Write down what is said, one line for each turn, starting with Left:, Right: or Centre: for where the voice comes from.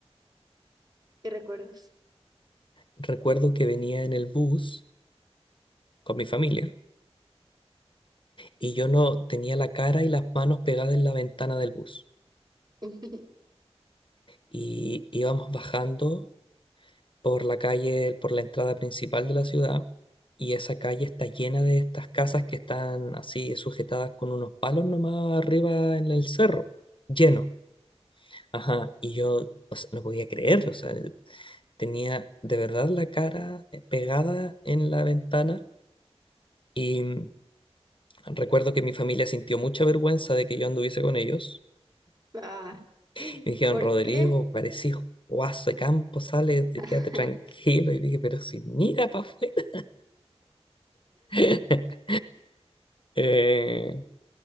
Right: ¿Qué recuerdas?
Left: Recuerdo que venía en el bus con mi familia y yo no tenía la cara y las manos pegadas en la ventana del bus.
Right: <laughs> Ujú.
Left: y íbamos bajando por la calle, por la entrada principal de la ciudad, y esa calle está llena de estas casas que están así sujetadas con unos palos nomás arriba en el cerro, lleno. Ajá, y yo o sea, no podía creerlo, o sea, el- tenía de verdad la cara eh, pegada en la ventana y mm, recuerdo que mi familia sintió mucha vergüenza de que yo anduviese con ellos
Right: Ah,
Left: Y me dijeron,
Right: ¿por
Left: Rodrigo,
Right: qué?
Left: parecís guaso de campo, sale, te-
Right: <laughs>
Left: quédate tranquilo. Y dije, pero si mira para afuera. <laughs> Eh,